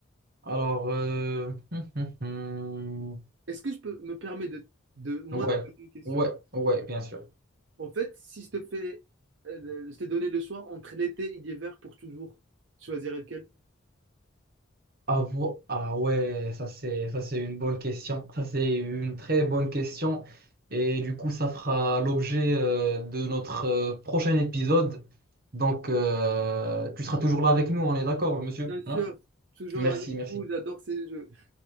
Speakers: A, on the right; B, on the right.
A: Alors, euh, hum, hum, hum.
B: Est-ce que je peux me permettre de, de moi
A: ouais,
B: te poser une question?
A: ouais, ouais, bien sûr.
B: En fait, si je te fais, euh, je t'ai donné le choix entre l'été et l'hiver pour toujours, tu choisirais lequel?
A: Ah, vo- ah ouais, ça c'est ça c'est une bonne question. Ça c'est une très bonne question. Et du coup, ça fera l'objet euh, de notre euh, prochain épisode. Donc, euh, tu seras toujours là avec nous, on est d'accord, monsieur?
B: Bien sûr,
A: hein
B: toujours
A: Merci,
B: avec
A: merci.
B: vous, j'adore ces jeux.